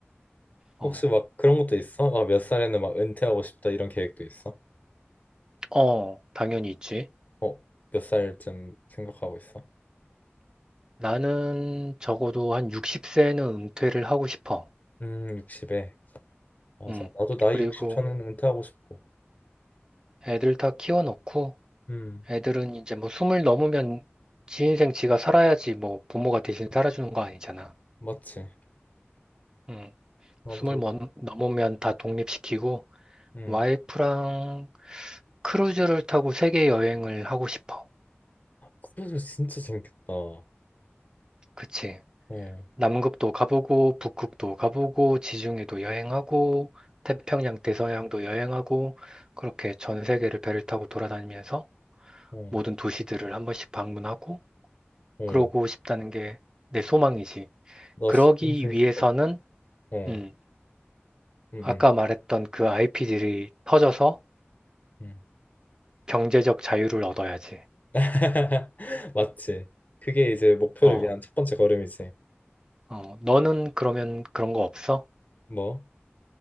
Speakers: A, on the right; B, on the left.
A: 어,
B: 혹시 막 그런 것도 있어? 막 몇 살에는 막 은퇴하고 싶다 이런 계획도 있어?
A: 어, 당연히 있지.
B: 어, 몇 살쯤 생각하고 있어?
A: 나는 적어도 한 60세는 은퇴를 하고 싶어.
B: 음, 60에. 맞아.
A: 음.
B: 나도 나이
A: 그리고
B: 60 전에는 은퇴하고 싶어.
A: 애들 다 키워놓고
B: 음,
A: 애들은 이제 뭐 숨을 넘으면 지 인생 지가 살아야지 뭐 부모가 대신 살아주는 거 아니잖아.
B: 맞지.
A: 음.
B: 나도
A: 숨을
B: 그,
A: 먼- 넘으면 다 독립시키고
B: 음.
A: 와이프랑 크루즈를 타고 세계 여행을 하고 싶어.
B: 크루즈 진짜 재밌겠다. 어,
A: 그치?
B: 어,
A: 남극도 가보고 북극도 가보고 지중해도 여행하고 태평양, 대서양도 여행하고 그렇게 전 세계를 배를 타고 돌아다니면서
B: 어,
A: 모든 도시들을 한 번씩 방문하고
B: 어.
A: 그러고 싶다는 게 내 소망이지.
B: 나
A: 그러기
B: 진- 너무 재밌을
A: 위해서는
B: 것 같아. 어,
A: 음,
B: 음, 음.
A: 아까 말했던 그 IP들이 터져서
B: 음.
A: 경제적 자유를 얻어야지.
B: <laughs> 맞지. 그게 이제 목표를
A: 어,
B: 위한 첫 번째 걸음이지.
A: 어, 너는 그러면 그런 거 없어?
B: 뭐?